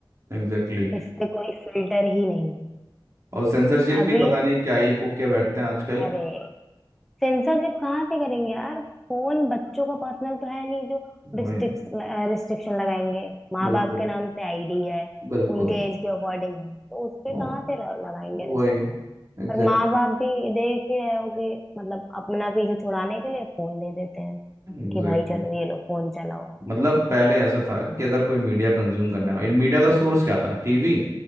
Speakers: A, on the right (about 40°); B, in the centre.
A: Exactly exactly.
B: इस पे कोई फिल्टर ही नहीं है
A: और सेंसरशिप
B: अभी
A: भी पता नहीं क्या ही पोक के बैठते हैं आजकल
B: अरे सेंसरशिप कहाँ से करेंगे यार फोन बच्चों का पर्सनल तो है नहीं जो रिस्ट्रिक्स
A: वही
B: रिस्ट्रिक्शन लगाएंगे माँ
A: बिल्कुल
B: बाप के नाम से आईडी है
A: बिल्कुल
B: उनके एज के अकॉर्डिंग है तो उस पे
A: ओ
B: कहाँ से र- लगाएंगे
A: वही
B: रिस्ट्रिक्शन
A: Exactly
B: और माँ बाप भी देख ही रहे हो कि मतलब अपना पीछे छुड़ाने के लिए फोन दे देते हैं
A: exactly
B: कि भाई चलो ये लो फोन चलाओ
A: मतलब पहले ऐसा था कि अगर कोई मीडिया कंज्यूम करना है मीडिया का सोर्स क्या था टीवी